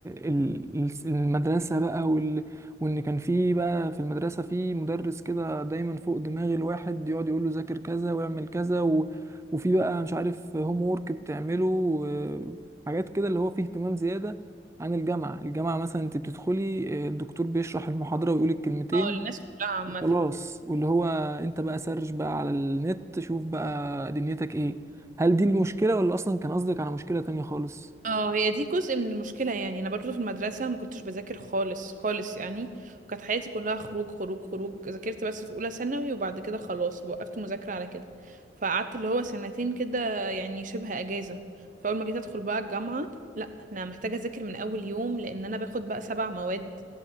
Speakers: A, on the right; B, on the right.
A: ال المدرسه بقى وال وان كان في بقى في المدرسه في مدرس كده دايما فوق دماغ الواحد يقعد يقول له ذاكر كذا واعمل كذا و وفي بقى مش عارف هوم وورك بتعمله و- حاجات كده اللي هو فيه اهتمام زياده عن الجامعة الجامعة مثلا انت بتدخلي آه، الدكتور بيشرح المحاضرة ويقولك كلمتين
B: اه الناس كلها عامة
A: خلاص واللي هو انت بقى سرش بقى على النت شوف بقى دنيتك ايه هل دي المشكلة ولا اصلا كان قصدك على مشكلة تانية خالص
B: اه هي دي جزء من المشكلة يعني انا برضو في المدرسة ما كنتش بذاكر خالص خالص يعني وكانت حياتي كلها خروج خروج خروج ذاكرت بس في اولى ثانوي وبعد كده خلاص وقفت مذاكرة على كده فقعدت اللي هو سنتين كده يعني شبه اجازة فاول ما جيت ادخل بقى الجامعة لا انا محتاجة اذاكر من اول يوم لان انا باخد بقى سبع مواد